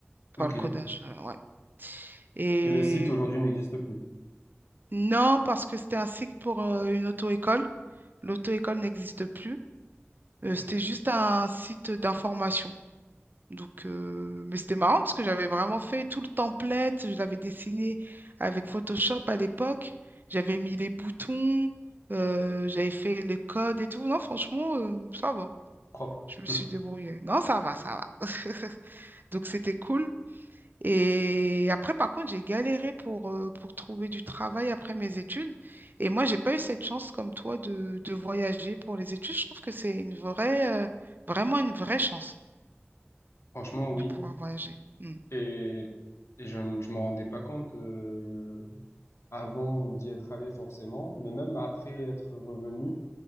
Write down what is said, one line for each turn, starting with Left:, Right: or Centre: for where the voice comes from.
Left: Ok.
Right: Enfin, le codage,
Left: Et
Right: euh, ouais. Et
Left: le site aujourd'hui n'existe plus.
Right: non, parce que c'était un site pour euh, une auto-école. L'auto-école n'existe plus. Euh,
Left: Ok.
Right: c'était juste un site d'information. Donc, euh, mais c'était marrant parce que j'avais vraiment fait tout le template, je l'avais dessiné avec Photoshop à l'époque, j'avais mis les boutons, euh, j'avais fait les codes et tout. Non, franchement, euh, ça va,
Left: Propre.
Right: je me suis
Left: <laughs>
Right: débrouillée. Non, ça va, ça va. <laughs> Donc, c'était cool. Et après, par contre, j'ai galéré pour, euh, pour trouver du travail après mes études. Et moi, j'ai pas eu cette chance comme toi de, de voyager pour les études. Je trouve que c'est une vraie, euh, vraiment une vraie chance
Left: Franchement, oui.
Right: de pouvoir voyager. Mm.
Left: Et, et je ne je m'en rendais pas compte. euh, avant d'y être allé forcément, mais même après être revenu,